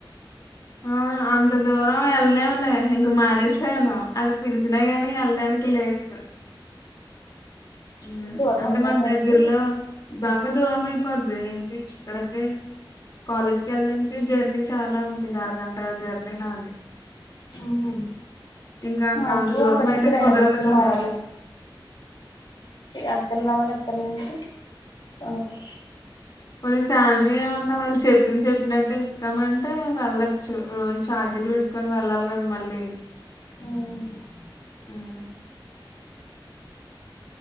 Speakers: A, on the left; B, on the left.
A: ఆ అంత దూరం వెళ్ళనేములే ఇంక మానేసాను అది పిలిచినా గానీ ఎళ్ళడానికి లేదు హ్మ్
B: దూరమా
A: అంటే
B: అక్క
A: మన
B: తణుకు
A: దగ్గర్లో బాగా దూరం అయిపోద్ది ఏంటి ఇక్కడకే కాలేజ్కి వెళ్ళడానికే జర్నీ చాలా ఉండేది అరగంట అ జర్నీ నాది
B: ఉహు
A: ఇంకా
B: మాకు
A: అంత దూరం
B: అక్కడ నుంచి
A: అయితే
B: రెండు
A: కుదరదు
B: బస్సులు
A: కదా
B: మారాలి అత్తిల్లు రావాలి అత్తిలి నుంచి తణుకు
A: పొని శాలరీ ఏమన్నా వాళ్ళు చెప్పింది చెప్పి చెప్పినట్టే ఇస్తామంటే వెళ్ళచ్చు రోజు ఛార్జీలు పెట్టుకొని వెళ్ళాలి కదా మళ్ళీ
B: ఉమ్
A: మ్